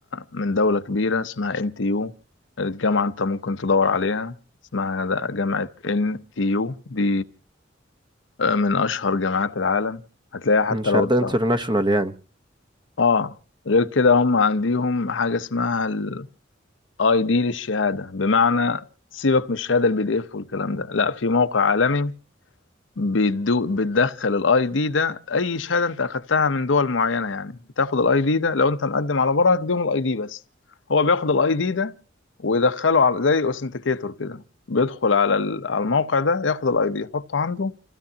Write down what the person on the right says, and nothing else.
مم، شهاده
انترناشونال يعني